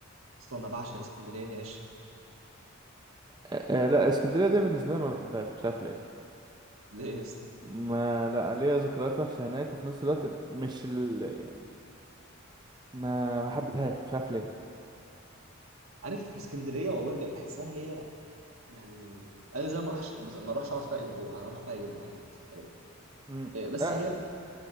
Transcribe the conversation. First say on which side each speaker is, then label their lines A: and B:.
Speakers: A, on the right (about 75°); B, on the right (about 20°).
A: اصلا انا بعشق اسكندريه دي عشق
B: آه، آه، لا اسكندريه دي بالنسبه لي ما بحبهاش مش عارف ليه
A: ليه يا اسطى
B: ما لا ليا ذكريات وحشة هناك وفي نفس الوقت مش ال... يعني ما ما حبيتهاش مش عارف ليه
A: عارف اسكندريه والله بجد بحسها هي يعني انا زي ما اروحش بس ما اروحش اقعد فيها اسبوع انا اروح فيها يوم عادي صد رد.
B: امم
A: إيه، بس
B: لا،
A: هي